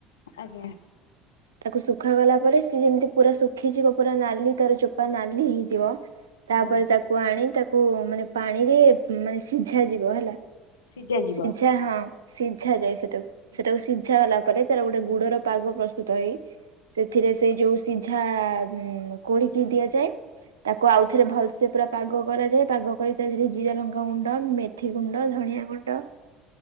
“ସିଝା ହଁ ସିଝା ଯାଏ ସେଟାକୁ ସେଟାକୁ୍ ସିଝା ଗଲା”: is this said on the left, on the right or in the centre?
Right